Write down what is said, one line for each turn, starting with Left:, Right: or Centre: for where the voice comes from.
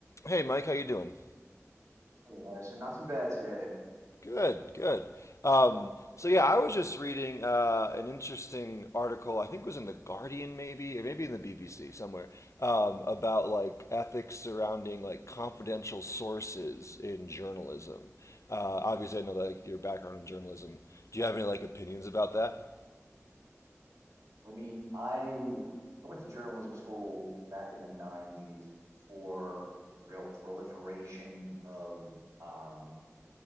Left: Hey, Mike, how you doing?
Right: Yeah, so not too bad today.
Left: Good, good. Um, so yeah, I was just reading uh, an interesting article. I think it was in the Guardian, maybe, or maybe in the BBC somewhere, um, about like ethics surrounding like confidential sources in journalism. Uh, obviously, I know that like your background in journalism. Do you have any like opinions about that?
Right: I mean, I I went to journalism school back in the 90s for the real proliferation of um,